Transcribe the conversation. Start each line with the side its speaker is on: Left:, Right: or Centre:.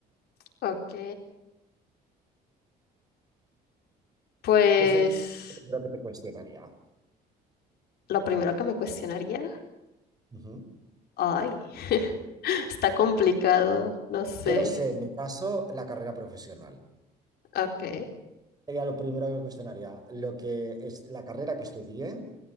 Left: Ok, pues
Right: ¿Qué sería lo primero que te cuestionaría?
Left: lo primero que me cuestionaría,
Right: Ujú.
Left: ay, <laughs> está complicado, no sé.
Right: Yo lo sé, en mi caso, la carrera profesional.
Left: Ok.
Right: Sería lo primero que me cuestionaría. Lo que es la carrera que estudié